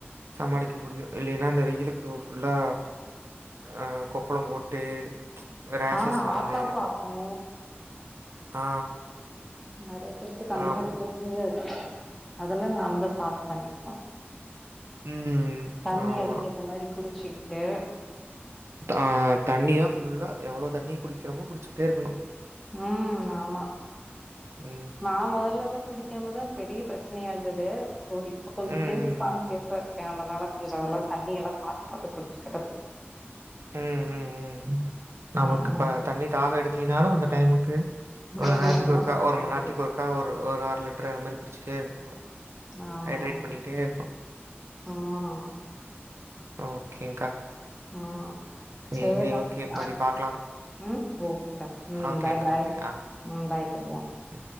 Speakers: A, on the right (about 80°); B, in the centre.
A: சமாளிக்க முடியு இல்லைன்னா இந்த வெயி வெயிலுக்கு ஃபுல்லா அ கொப்பளம் போட்டு ரேஷஸ்
B: ஆ
A: வந்து
B: ஆத்தா பாக்கு
A: ஆ
B: நெறைய பேத்துக்கு அந்த
A: ஆமா.
B: மாதிரி ப்ரச்சனையே இருக்கு அதெல்லா நாமதா பாத்து பண்ணிக்கலா
A: ம்.
B: தண்ணி
A: ஆமா.
B: அதுக்கேத்த மாரி குடிச்சிக்ட்டு
A: ஆஹ தண்ணி தா ஃபுல்லா எவ்வளவு தண்ணி குடிக்கிறமோ குடிச்சிட்டே இருக்கணு
B: ம் ஆமா
A: ம்.
B: நா முதல்லல்லா குடிக் காமதா பெரிய ப்ரச்சனையா இருந்தது சோ இப்ப கொஞ்ச
A: ம், ம்,
B: ஹெல்த் கான்சியா
A: ம்.
B: இருக்கே அதனால கொஞ்சோ அதெல்லா தண்ணியல்லா பாத்து பாத்து குடிச்சுக்கறது
A: ம் ம் ம் நமக்கு
B: ம்
A: இப்ப
B: ம்
A: தண்ணி தாக எடுக்கிலினாலு அந்த டைமுக்கு இவ்ள
B: கொஞ்சோ
A: நேரத்துக்கு
B: கொஞ்சமா
A: ஒருக்கா
B: குடிக்க
A: ஒரு
B: வேண்டியது
A: மண்நேரத்துக்கு ஒருக்கா ஒரு அரலிட்டரு அந்த மாரி குடிச்சிட்டே இருக்கனு
B: ஆமா
A: ஹைட்ரேட்
B: ஆமா
A: பண்ணிட்டே இருக்னு
B: ம்
A: ஓகேங்க்கா
B: ம்
A: சரி
B: சேர் டா
A: ஓகே. மறுபடியும்
B: ஆ
A: பார்க்கலாம்.
B: ம் ஓகே டா ம்
A: ஓகேங்க.
B: பாய் Bye
A: okay. ஆ
B: ம் பாய் <unintelligible>
A: ம்.